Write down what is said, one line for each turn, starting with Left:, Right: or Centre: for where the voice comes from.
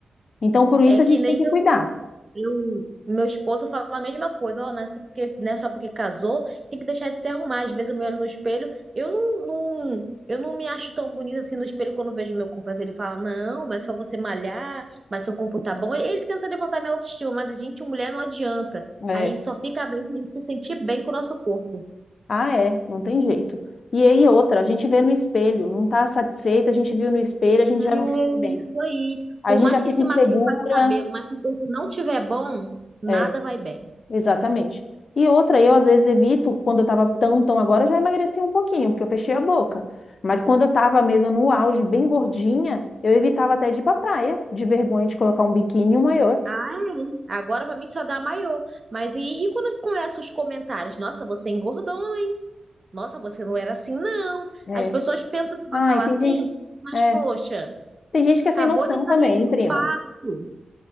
Left: Então, por isso
Right: É
Left: a
Right: que
Left: gente
Right: nem
Left: tem que cuidar.
Right: Eu, meu esposo fala a mesma coisa, ó, não é só porque, não é só porque casou, tem que deixar de se arrumar. Às vezes eu me olho no espelho, eu não, não- eu não me acho tão bonita assim no espelho quando vejo meu corpo. Mas ele fala, não, mas só você malhar, mas seu corpo tá bom. Ele, ele tenta levantar minha autoestima, mas a gente, mulher, não adianta.
Left: É.
Right: A gente só fica bem se a gente se sentir bem com o nosso corpo.
Left: Ah, é, não tem jeito. E aí outra, a gente vê no espelho, não tá satisfeita, a gente viu no espelho, a gente
Right: É
Left: já não fica bem.
Right: isso aí.
Left: A
Right: Por
Left: gente
Right: mais
Left: já fica
Right: que se
Left: insegura,
Right: maqueie, faz o cabelo, mas se o corpo não tiver bom, nada
Left: É,
Right: vai bem.
Left: exatamente. E outra, eu às vezes evito, quando eu tava tão, tão agora, eu já emagreci um pouquinho, porque eu fechei a boca. Mas quando eu tava mesmo no auge, bem gordinha, eu evitava até de ir pra praia, de vergonha de colocar um biquíni e um maiô.
Right: Ah, é. Agora pra mim só dá maiô. Mas e, e quando começam os comentários? Nossa, você engordou, hein? Nossa, você não era assim, não.
Left: É.
Right: As pessoas pensam que vai
Left: Ai,
Right: falar
Left: tem
Right: assim,
Left: gente.
Right: mas
Left: é,
Right: poxa,
Left: tem gente que é sem
Right: acabou
Left: noção
Right: de sair
Left: também,
Right: de
Left: prima.
Right: um parto.